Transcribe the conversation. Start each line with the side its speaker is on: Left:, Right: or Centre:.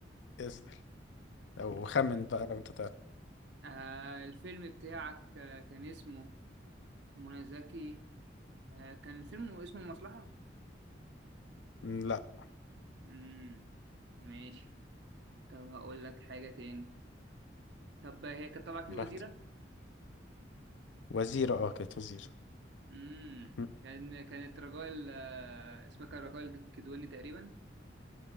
Left: اسأل أو خمن بقى لو أنت تعرف
Right: آه الفيلم بتاعك آه، كان اسمه منى زكي آه كان الفيلم اسمه المصلحة
Left: م، لأ
Right: امم ماشي طب هقول لك حاجة تاني طب هي كانت طالعة فيه
Left: براحتك
Right: وزيرة
Left: وزيرة أه كانت وزيرة
Right: امم
Left: م،
Right: كان كانت رجال آه اسمها كان رجال الكدواني تقريبا